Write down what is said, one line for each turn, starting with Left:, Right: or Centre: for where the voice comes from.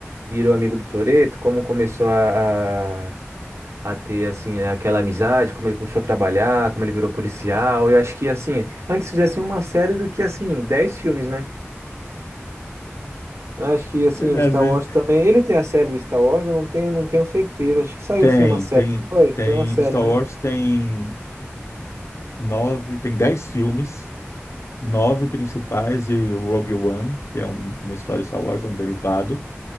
Right: virou amigo do Toreto como começou a, a ter, assim, né, aquela amizade, como ele começou a trabalhar, como ele virou policial. Eu acho que, assim, antes fizessem uma série do que, assim, 10 filmes, né? Eu Acho que, assim,
Left: Mas,
Right: o
Left: Às
Right: Star
Left: vezes
Right: Wars também. Ele tem a série do Star Wars, eu não tenho, não tenho certeza. Acho que saiu
Left: tem,
Right: sim uma série.
Left: tem,
Right: não Foi, foi
Left: tem
Right: uma série,
Left: Star
Right: né?
Left: Wars tem nove, tem dez filmes. nove principais e o Rogue One, que é um- uma história de Star Wars, é um derivado.